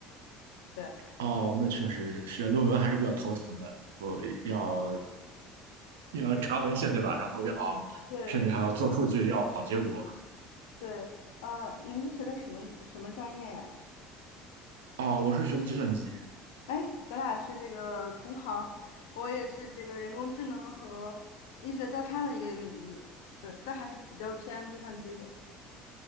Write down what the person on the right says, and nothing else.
哦，那确实写论文还是比较头疼的，然后要要查文献，对吧？然后要
甚至还要做数据，要跑结果。
哦，我是学的计算机。